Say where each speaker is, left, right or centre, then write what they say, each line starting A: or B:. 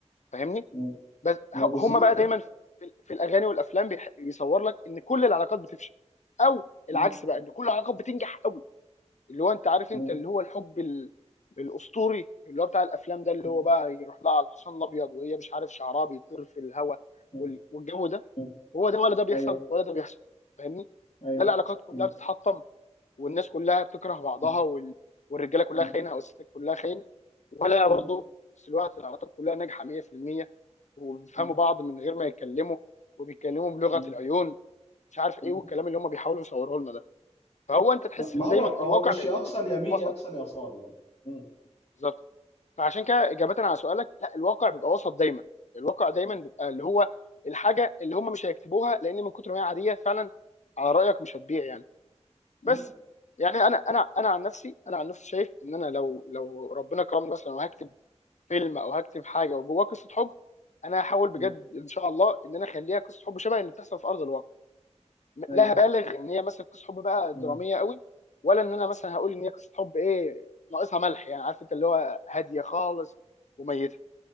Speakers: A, on the left; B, on the left.
A: فاهمني
B: مم.
A: بس
B: ما
A: ه-
B: هو بالظبط
A: هم بقى
B: اه
A: دايما في, في الاغاني والافلام بيح- بيصور لك ان كل العلاقات بتفشل او العكس
B: مم.
A: بقى ان كل العلاقات بتنجح قوي اللي هو انت عارف
B: مم.
A: انت اللي هو الحب ال- الاسطوري اللي هو بتاع الافلام ده اللي
B: مم.
A: هو بقى يروح لها على الحصان الابيض وهي مش عارف شعرها بيطير في الهواء
B: مم.
A: وال- والجو ده
B: مم.
A: هو ده ولا ده بيحصل
B: ايوه
A: ولا ده بيحصل فاهمني
B: ايوه
A: لا العلاقات كلها
B: مم.
A: بتتحطم والناس كلها بتكره بعضها
B: مم.
A: وال... والرجاله كلها
B: مم.
A: خاينه او الستات كلها خاينه ولا
B: مم.
A: برضه في نفس الوقت العلاقات كلها ناجحه 100% وبيفهموا
B: مم.
A: بعض من غير ما يتكلموا وبيتكلموا بلغه
B: مم.
A: العيون مش عارف ايه
B: مم.
A: والكلام اللي هم بيحاولوا يصوروه لنا ده فهو انت تحس
B: لا، ما
A: ان
B: هو
A: دايما
B: هو
A: الواقع
B: مش
A: بيكون
B: يا اقصى اليمين
A: وسط
B: يا اقصى اليسار يعني مم.
A: بالظبط فعشان كده اجابه على سؤالك لا الواقع بيبقى وسط دايما الواقع دايما بيبقى اللي هو الحاجه اللي هم مش هيكتبوها لان من كتر ما هي عاديه فعلا على رايك مش هتبيع يعني بس
B: مم.
A: يعني انا انا انا عن نفسي انا عن نفسي شايف ان انا لو لو ربنا كرمني مثلا وهكتب فيلم او هكتب حاجه وجواه قصه حب انا هحاول بجد
B: مم.
A: ان شاء الله ان انا اخليها قصه حب شبه اللي بتحصل في ارض الواقع
B: ايوه
A: لا هبالغ ان هي مثلا قصه حب بقى
B: مم.
A: دراميه قوي ولا ان انا مثلا هقول ان هي قصه حب ايه ناقصها ملح يعني عارف انت اللي هو هاديه خالص وميته